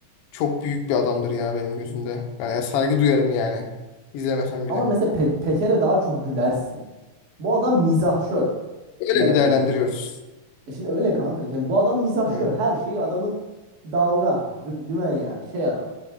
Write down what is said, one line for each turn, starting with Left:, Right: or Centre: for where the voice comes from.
Left: çok büyük bir adamdır ya benim gözümde. Ben ya saygı duyarım yani. İzlemesem bile.
Right: Ama mesela Pe- Peker'e daha çok gülersin. Bu adam mizahşör
Left: Öyle
Right: Levent
Left: mi değerlendiriyoruz?
Right: Kırcı. E şimdi öyle kanka. Yani bu adam mizahşör.
Left: Hmm.
Right: Her şeyi adamın dalga, düm- dümen yani şey adam.